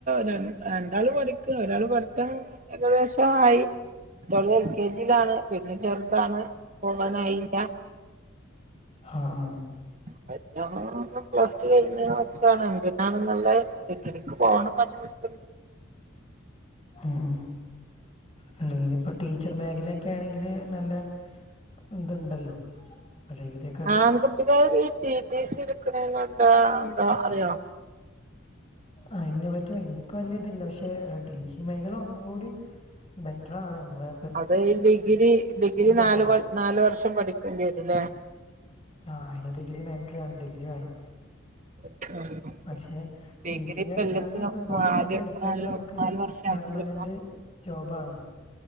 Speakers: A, on the right; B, on the left.
A: ര രണ്ടാള് പഠിക്ക ഒരാള് പഠിത്ത ഏകദേശം ആയി. ഇവള് എൽ കെ ജിയിലാണ്. പിന്നെ ചെർതാണ് പോവാനായില്ല.
B: ആഹ് ആഹ്.
A: <unintelligible> ഇപ്പൊ പ്ലസ് ടു കഴിഞ്ഞ് ഇങ്ങനെ നിക്കാണ്. എന്തിനാണെന്നുള്ള ഡിഗ്രിക്ക്‌ പോണം പറഞ്ഞ് നി
B: ഉം ഉം. അല്ലെങ്കില് ഇപ്പൊ ടീച്ചർ മേഖലൊക്കെ ആണെങ്കില് നല്ല സ് ഇത്ണ്ടല്ലോ? ഇപ്പഡിഗ്രി
A: ആൺകുട്ടികൾ ഈ ടി ടി സി ഇട്ക്കണേനെന്താ ഇണ്ടോ അറിയോ?
B: അയിനെ പറ്റി ഇൻക്ക് വല്ല്യേതില്ല. പക്ഷേ ഏഹ് ടീച്ചി ഗ് മേഖല ഒന്നും കൂടി ബെറ്ററാണ് നമ്മടെ
A: അത് ഈ ഡിഗ്രി ഡിഗ്രി നാല്
B: ആണല്ലോ
A: കൊൽ നാല് വർഷം പഠിക്കണ്ടി വരുംല്ലേ?
B: ആഹ് അയ്ന് ഡിഗ്രി മാൻട്രിയാണ്. ഡിഗ്രി വേണം.
A: <unintelligible>
B: പക്ഷെ
A: ഡിഗ്രി
B: ടീച്ചിങ്
A: ഇപ്പ
B: എടുത്താല്
A: എല്ലത്തിനും
B: ഇപ്പൊ ഗവൺമെന്റ്
A: ആദ്യം
B: എടുത്താല്
A: നാല്
B: നമുക്ക്
A: നാല് വർഷം
B: പെർമനന്റ്
A: ആക്കില്ലേ
B: ജോബാണ്